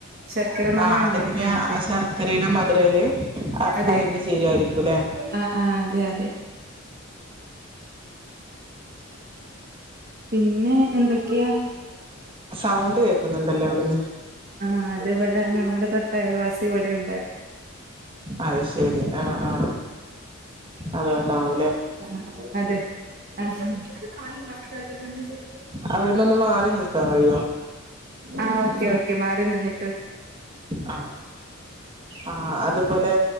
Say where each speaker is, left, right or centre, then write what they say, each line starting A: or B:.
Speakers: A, on the right; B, on the right.
A: ശർക്കര മാങ്ങ
B: ആഹ്
A: ഇണ്ടാക്കിയ
B: അത് പിന്നെ
A: മതി
B: ശർക്കരയുടെ മധുരയില്
A: അതെ
B: അലിഞ്ഞു ചേരുവായിരിക്കുംല്ലെ
A: ആ ആ അതെ അതെ പിന്നെ എന്തൊക്കെയാ
B: സൗണ്ട് കേൾക്കുന്നുണ്ടല്ലോ അവിടുന്ന്
A: ആഹ് അതിവിടെ നമ്മുടെ തൊട്ടയൽവാസി ഇവിടെ ഉ
B: അത് ശരി ആ ആ അത് ഉണ്ടാവും
A: ആ അതെ ആഹാ ആ അ ചെയ
B: അവിടുന്നൊന്ന് മാറി നിൽക്കാൻ കഴിയോ
A: ആ ഓക്കെ ഓക്കെ മാറി നിന്നി
B: ആ ആ അതുപോലെ